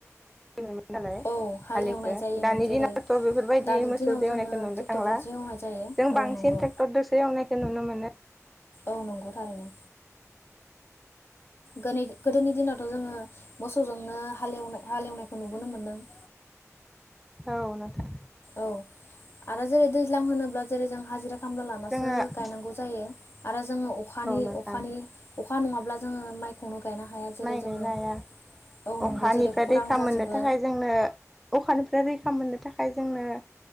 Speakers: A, in the centre; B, on the left.
A: मोन नालाय
B: औ हालेवनाय
A: हालिखो।
B: जायोमोन
A: दानि
B: जेरै
A: दिनावथ' बेफोरबायदि
B: दानि
A: मोसौदो
B: दिनाव जोङो
A: एवनायखौ नुनो
B: ट्रेक्टरजोंसो
A: थांला। जों
B: एवनाय जायो औ
A: बांसिन
B: नंगौ
A: ट्रेक्टरदोसो एवनायखौ नुनो मोनो।
B: औ नंगौ थारैनो गोनै गोदोनि दिनावथ' जोङो मोसौजोंनो हालेवनाय हालेवनायखौ नुबोनो मोनदों।
A: औ नोंथां
B: औ आरो जेरै दैज्लां होनोब्ला जेरै जों हाजिरा खामला लानासो
A: जोङो औ
B: गायनांगौ जायो आरो जोङो अखानि
A: नोंथां
B: अखानि अखा नङाब्ला जोङो माइखौनो गायनो हाया जेरै
A: माइ
B: जोङो
A: गायनो हाया।
B: औ नंगौ
A: अखानिफ्राय
B: जेरै खरां
A: रैखा
B: जाजोबो
A: मोननो थाखाय जोंनो अखानिफ्राय रैखा मोननो थाखाय जोंनो